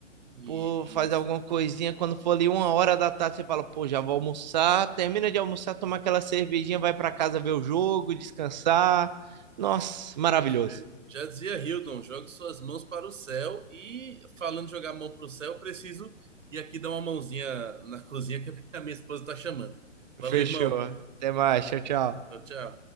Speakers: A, on the right; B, on the right.
A: Isso.
B: pô, faz alguma coisinha. Quando for ali uma hora da tarde, você fala, pô, já vou almoçar. Termina de almoçar, toma aquela cervejinha, vai para casa ver o jogo, descansar. Nossa, maravilhoso.
A: Perfeito. Já dizia Hildon, jogue suas mãos para o céu e falando de jogar a mão para o céu, eu preciso ir aqui dar uma mãozinha na cozinha que a minha <laughs> a minha esposa está chamando. Valeu,
B: Fechou.
A: irmão.
B: Até mais. Tchau, tchau.
A: Tchau, tchau.